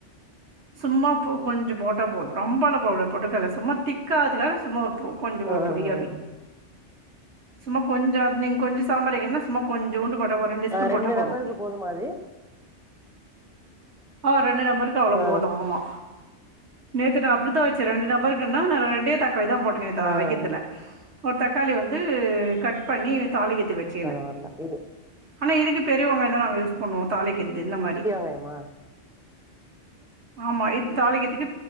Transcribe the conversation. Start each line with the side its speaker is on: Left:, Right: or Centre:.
Right: சும்மா பூ கொஞ்ச போட்ட போது ரொம்பாலா போடகூடாது பொட்டுக்கல்ல சும்மா திக்காதுகாக சும்மா பூ கொஞ்ச போ
Centre: ஆ
Right: பொடியாபி
Centre: ஆ
Right: சும்மா கொஞ்ச நீங்க கொஞ்ச சாம்பார் வைக்கனா ம்மா கொஞ்சூண்டு போட்டா போ ஒரு ரெண்டு ஸ்பூன்
Centre: ஆ
Right: போட்டா போது
Centre: நபருக்கு போதுமா அது
Right: ஆ ரெண்டு நம்பருக்கு அவ்ளோ
Centre: ஆ
Right: போது ஆமா நேத்து நா அப்பிடித்தா வச்சே ரெண்டு நபருக்குன்னா நா ரெண்டே தக்காளி தா போட் ட்டுரு நேத்து
Centre: ஆ
Right: வதக்கிறதல
Centre: ஆ
Right: ஒரு தக்காளி வந்து கட் பண்ணி தாளிகத்துக்கு வச்
Centre: பரவால்ல இது
Right: ஆனா இதுக்கு பெரியவெங்காயந்தான் நாங்க யூஸ் பண்ணுவோம் தாளிக்கிறது இந்த மாதிரி
Centre: யம்மா
Right: ஆமா இது தாளிக்கறதுக்கு